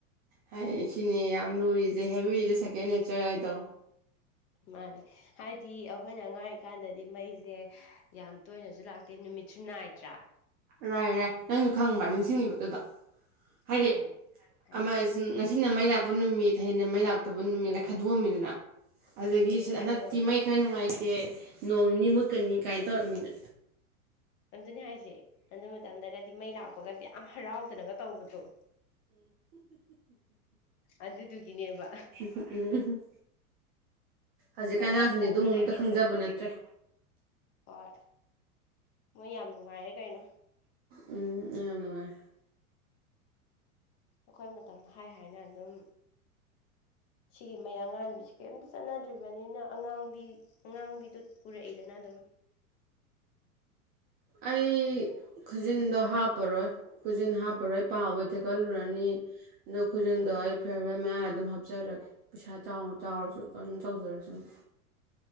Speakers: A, on the right; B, on the left.
A: ꯍꯥꯏ ꯁꯤꯅꯤ ꯌꯥꯝ ꯂꯨꯔꯤꯁꯦ ꯍꯦꯕꯤꯔꯤꯁꯦ ꯁꯦꯀꯦꯟ ꯅꯦꯆꯔ ꯍꯥꯏꯗꯣ
B: ꯃꯥꯂꯦ ꯍꯥꯏꯗꯤ ꯑꯩꯈꯣꯏꯅꯉꯥꯡꯔꯤꯀꯥꯟꯗꯗꯤ ꯃꯩꯁꯦ ꯌꯥꯝ ꯇꯣꯏꯅꯁꯨ ꯂꯥꯛꯇꯣꯏ ꯅꯨꯃꯤꯠꯁꯨ ꯅꯥꯏꯗ꯭ꯔꯥ
A: ꯔꯥꯏ ꯔꯔꯥꯏ ꯅꯪꯁꯨ ꯈꯪꯕ ꯅꯤꯡꯁꯤꯡꯉꯤꯕꯗꯨꯗꯣ ꯍꯥꯏꯗꯤ
B: ꯈꯪꯉꯦ ꯍꯥꯏꯗꯤ
A: ꯑꯃ ꯉꯁꯤꯅ ꯃꯩ ꯂꯥꯛꯄ ꯅꯨꯃꯤꯠ ꯍꯅ ꯃꯩꯔꯥꯛ ꯐꯠꯇꯕ ꯅꯨꯃꯤꯠꯅ
B: ꯑꯥ
A: ꯈꯥꯏꯗꯣꯛꯑꯝꯃꯤꯗꯅ ꯑꯗꯨꯗꯒꯤ
B: ꯎꯝ ꯎꯝ ꯎꯝ ꯈꯥꯏꯗꯣꯛꯑꯝꯃꯦ
A: ꯍꯟꯗꯛꯇꯤ ꯃꯩ ꯈꯔ ꯅꯨꯡꯉꯥꯏꯇ ꯗꯦ ꯅꯣꯡ ꯅꯤꯅꯤ ꯃꯨꯠꯀꯅꯤ ꯀꯥꯏꯅ ꯇꯧꯔꯝꯃꯤꯅ
B: ꯑꯗꯨꯅꯤ ꯍꯥꯏꯁꯦ ꯑꯗꯨ ꯃꯇꯝꯗꯒꯗꯤ ꯃꯩ ꯂꯥꯛꯄꯒꯗꯤ ꯌꯥꯝ ꯍꯔꯥꯎꯗꯅꯒ ꯇꯧꯕꯗꯣ ꯎ ꯑꯗꯨꯗꯨꯒꯤꯅꯦꯕ
A: ꯎꯝ ꯍꯧꯖꯤꯛꯀ
B: ꯑꯗꯥꯏ
A: ꯑꯉꯥꯡꯁꯤꯡꯁꯦ
B: ꯃꯇꯝꯗꯨꯗꯒꯤ
A: ꯑꯗꯨꯝ ꯑꯃꯨꯛꯇ ꯈꯪꯖꯕ
B: ꯑꯗꯨꯝ
A: ꯅꯠꯇ꯭ꯔꯦ
B: ꯍꯣꯏ ꯃꯣꯏ ꯌꯥꯝ ꯅꯨꯡꯉꯥꯏꯔꯦ ꯀꯩꯅꯣ
A: ꯎꯝ ꯌꯥꯝ ꯅꯨꯡꯉꯥꯏ
B: ꯑꯩꯈꯣꯏ ꯃꯇꯝꯗ ꯍꯥꯏ ꯍꯥꯏꯅ ꯑꯗꯨꯝ ꯁꯤꯒꯤ ꯃꯩ ꯑꯉꯥꯟꯕꯤꯁꯤ ꯀꯔꯤꯝꯇ ꯆꯠꯅꯗ꯭ꯔꯤꯕꯅꯤꯅ ꯑꯉꯥꯡꯕꯤ ꯑꯉꯥꯡꯕꯤꯗꯣ ꯎꯔꯛꯏꯗꯅ ꯑꯗꯨꯝ
A: ꯑꯩ ꯈꯨꯖꯤꯟꯗꯣ ꯍꯥꯞꯄꯔꯣꯏ ꯈꯨꯖꯤꯟ ꯍꯥꯞꯄꯔꯣꯏ ꯄꯥꯎꯕꯩ ꯊꯦꯛꯀꯠꯂꯨꯔꯅꯤ ꯂꯈꯣꯖꯗꯏ
B: ꯎꯝ
A: ꯐꯤꯌꯕꯦꯜ ꯃꯌꯥꯝꯗ ꯑꯗꯨꯝ ꯍꯥꯞꯆꯔꯒꯦ ꯄꯩꯁꯥ ꯆꯥꯎꯅ ꯆꯥꯎꯔꯁꯨ ꯑꯗꯨ ꯇꯧꯖꯔꯁꯨ ꯑꯗꯨ